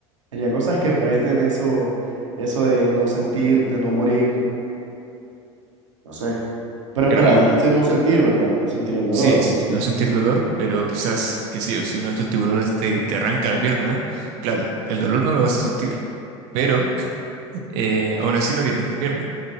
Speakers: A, on the right; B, on the right.
A: haría cosas que reten eso, eso de no sentir, de no morir, no sé. Pero
B: Claro,
A: espera,
B: y-
A: dijiste no sentir, ¿verdad? No sentir el dolor,
B: sí, s-
A: ¿o sí?
B: no vas a sentir dolor, pero quizás, qué sé yo, si uno de estos tiburones te, te arranca la pierna, claro, el dolor no lo vas a sentir, pero eh, aún así no tienes la pierna.